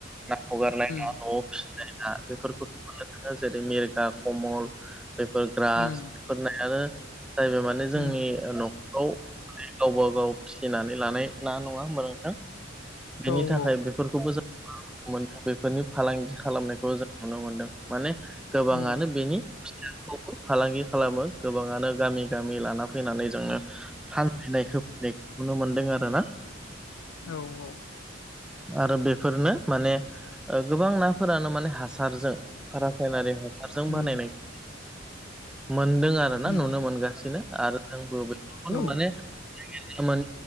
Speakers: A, in the centre; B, on the left (about 80°).
A: ना हगारनाय
B: उम
A: ना न'आव फिसिनाय ना बेफोरखौ मोननो थाङो जेरै मिरगा कमल बेफोर ग्रासफोर
B: उम
A: नायानो जाहैबाय माने जोंनि
B: उम
A: न'खराव गावबा गाव फिसिनानै लानाय ना नङा होमबा नोंथां बिनि
B: औ औ
A: थाखाय बे बेफोरखौबो जों नुनो मोनदों बेफोरनि फालांगि खालामनायखौ जों नुनो मोनदों माने गोबाङानो
B: उम
A: बेनि फिथाइखौबो फालांगि खालामो गोबाङानो गामि गामि लाना फैनानै जोङो फानफैनाय होफैनायखौ नुनो मोनदों आरो ना
B: औ औ
A: आरो बेफोरनो माने गोबां नाफोरानो माने हासारजों रासायनारि ह हारजों
B: उम
A: बानायनायखौ मोनदों आरो ना
B: उम
A: नुनो मोनगासिनो आरो जोंबो बेखौनो
B: औ
A: माने मोन